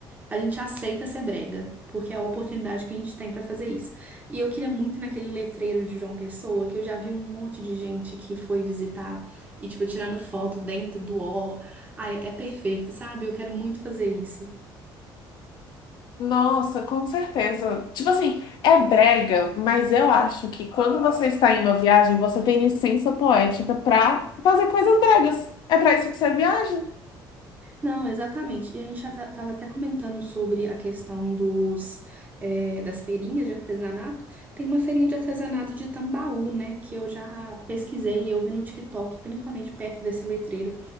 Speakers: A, on the right; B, on the left.
A: a gente aceita ser brega, porque é a oportunidade que a gente tem pra fazer isso. E eu queria muito naquele letreiro de João Pessoa, que eu já vi um monte de gente que foi visitar e, tipo, tirando foto dentro do ó. Ai, é perfeito, sabe? Eu quero muito fazer isso.
B: Nossa, com certeza. Tipo assim, é brega, mas eu acho que quando você está em uma viagem, você tem licença poética pra fazer coisas bregas. É pra isso que você viaja.
A: Não, exatamente. E a gente já estava até comentando sobre a questão dos, eh, das feirinhas de artesanato. Tem uma feirinha de artesanato de Tambaú, né? Que eu já pesquisei e eu vi no TikTok, principalmente perto desse letreiro.